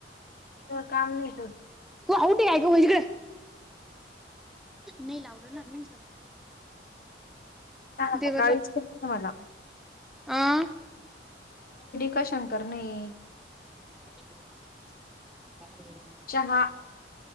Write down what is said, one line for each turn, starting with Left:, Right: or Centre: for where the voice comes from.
Left: तिथ काम नाही करत
Centre: <unintelligible> नाही लावलं ना मी
Left: करत
Centre: देवर
Left: काळीच
Centre: ला
Left: करते मला
Centre: आं
Left: का शंकर नाही
Centre: <inaudible>
Left: चहा